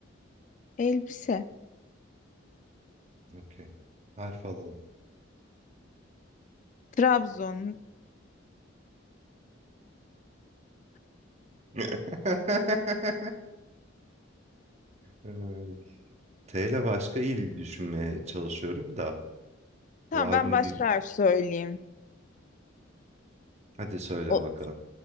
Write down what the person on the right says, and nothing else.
Okey. Harf alalım.
<laughs> Ay. T ile başka il düşünmeye çalışıyorum da
var
mı
bir...
Hadi söyle
bakalım.